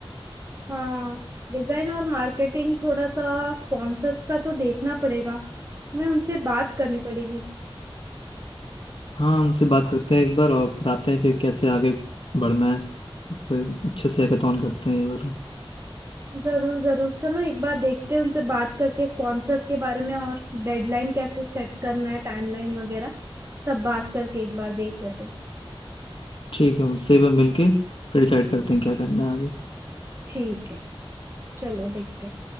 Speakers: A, on the right; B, on the left.
A: हाँ डिजाइन और मार्केटिंग थोड़ा सा स्पॉन्सर्स का तो देखना पड़ेगा हमें उनसे बात करनी पड़ेगी
B: हाँ उनसे बात करते हैं एक बार और बताते हैं फिर कैसे आगे बढ़ना है और फिर अच्छे से हैकेथॉन करते हैं ये वाला
A: जरूर जरूर चलो एक बार देखते हैं उनसे बात करके स्पॉन्सर्स के बारे में और डेडलाइन कैसे सेट करना है टाइमलाइन वगैरह सब बात करके एक बार देख लेते हैं
B: ठीक है उनसे भी मिलके फिर डिसाइड करते हैं क्या करना है आगे
A: ठीक है चलो देखते हैं